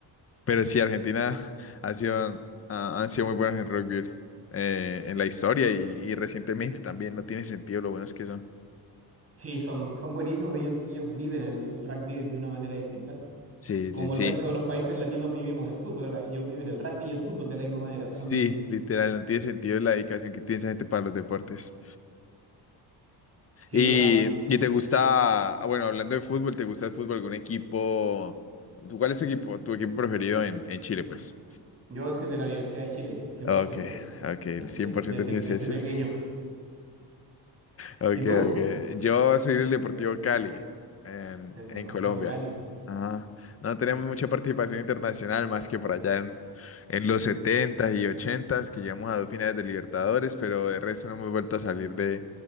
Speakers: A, on the left (about 35°); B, on the right (about 35°).
A: Pero sí, Argentina <laughs> ha sido, ha- han sido muy buenos en rugby eh, en la historia y, y recientemente también, no tiene sentido lo buenos que son.
B: Sí, son, son buenísimos, pues ellos, ellos viven el, el rugby de una manera distinta.
A: Sí,
B: Como
A: sí, sí.
B: el resto de los países latinos vivimos el fútbol, ahora ellos viven el rugby y el fútbol de la misma manera. Son,
A: Sí, literal, no tiene sentido la dedicación que tiene esa gente para los deportes.
B: sí,
A: Y,
B: es verdad.
A: y te gusta, ah, bueno, hablando de fútbol, ¿te gusta el fútbol? ¿Algún equipo? ¿Tú, cuál es tu equipo, tu equipo preferido en, en Chile, pues?
B: Yo soy de la Universidad de Chile, cien
A: Ok,
B: por ciento
A: ok, el
B: desde,
A: 100%
B: desde,
A: tiene
B: desde
A: que ser Chile.
B: pequeño.
A: Ok,
B: ¿Y tú?
A: ok. Yo soy del Deportivo Cali, en,
B: Del
A: en
B: Deportivo
A: Colombia.
B: Cali.
A: Ajá. No tenemos mucha participación internacional, más que por allá en, en los setentas y ochentas que llegamos a dos finales de Libertadores, pero de resto no hemos vuelto a salir de,